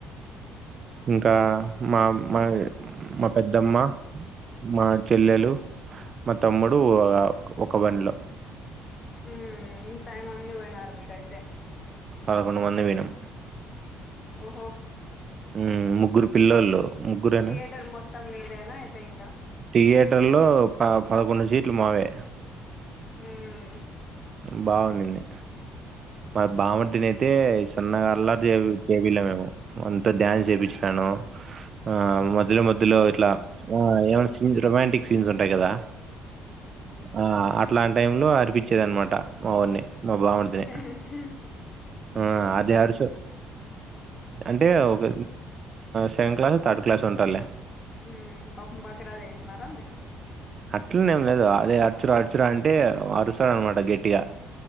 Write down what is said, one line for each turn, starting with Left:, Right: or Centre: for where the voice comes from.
Right: ఇంకా మా మా మా పెద్దమ్మ మా చెల్లెలు మా తమ్ముడు ఒక బంలో
Left: హ్మ్ టైం అన్ని పోయినారు మీరైతే
Right: పదకొడు మంది పోయినం
Left: ఓహో
Right: ఊ ముగ్గురు పిల్లల్లో ముగ్గురేనా
Left: థియేటర్ మొత్తం మీదేనా అయితే ఇంకా
Right: థియేటర్ లో పదకొండు సీట్లు మావే
Left: హ్మ్
Right: బాగుడింది మారి బాగుంటనియితే సన్నగా అల్లా చేపిల మేము అంత డా న్స్ ఏపించినాను ఆ మధ్యలో మధ్యలో ఇట్లా ఆ ఏమనా సీన్స్ రొమాంటిక్ సీన్స్ ఉంటాయి కదా ఆ అట్లాంటి టైం లో అరిపించేది అనమాట మావోన్ మా బామర్దదిని
Left: హ
Right: ఆ అది అడుసు అంటే ఒక సెకండ్ క్లాస్ థర్డ్ క్లాస్ ఉంటాలె
Left: హ్మ్ పాపం బకరా చేసన్నారా మీరు
Right: అట్లనేం లేదు అదే అడుచురా అడుచురా అంటే వరుస ఆనమాట గట్టిగా